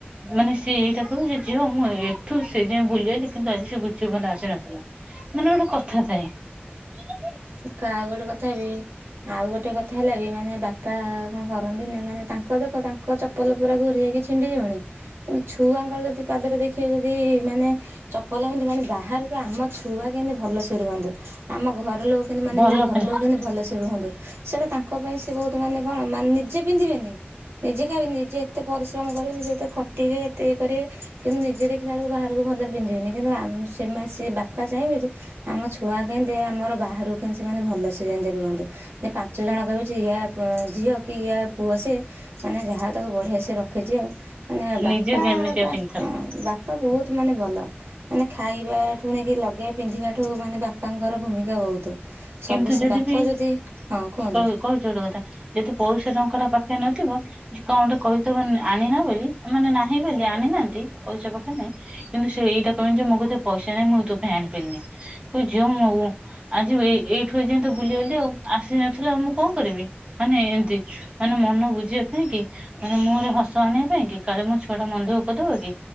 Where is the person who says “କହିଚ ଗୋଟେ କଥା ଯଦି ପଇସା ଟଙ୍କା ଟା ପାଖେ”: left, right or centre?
Right